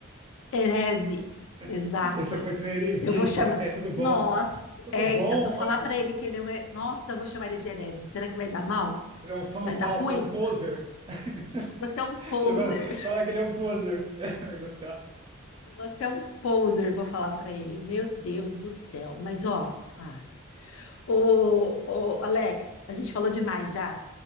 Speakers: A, on the left; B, on the right.
A: Herese,
B: <laughs>
A: exato.
B: Ele está cometendo heresia
A: Eu vou
B: de
A: chamar.
B: falar que é tudo bom.
A: Nossa,
B: Tudo
A: eita,
B: bom?
A: se eu falar
B: Onde?
A: para ele que ele é um. he- Nossa, eu vou chamar ele de herese. Será que vai dar mal?
B: Ele é um fã
A: Vai
B: falso,
A: dar ruim?
B: é um poser. <laughs>
A: Você é um poser.
B: Chama- Fala que ele é um poser. <laughs> Vai gostar.
A: Você é um poser, vou falar para ele. Meu Deus do céu. Mas ó, ah. Ô, ô, Alex, a gente falou demais já.